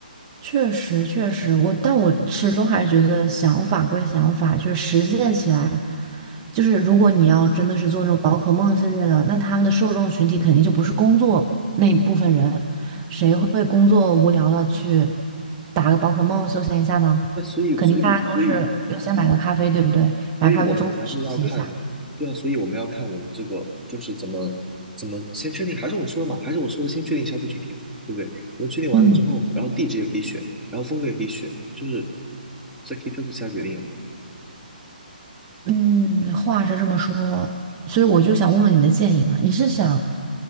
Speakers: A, on the right; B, in the centre.
A: 确实，确实，我但我始终还是觉得想法归想法，就是实践起来，就是如果你要真的是做那种宝可梦系列的，那他们的受众群体肯定就不是工作那一部分人，谁会工作无聊了去打个宝可梦休闲一下呢？
B: 那所以，
A: 肯定大家都是要先买个咖啡，
B: 所以，所以
A: 对不对？买咖啡中途休息一下。
B: 所以我们还是要看，对啊，所以我们要看我们这个就是怎么怎么先确定，还是我说的嘛，还是我说的，先确定消费群体嘛，对不对？我们确定完了之后，
A: 嗯。
B: 然后地址也可以选，然后风格也可以选，就是再可以再做其他决定啊。
A: 嗯，话是这么说，所以我就想问问你的建议嘛，你是想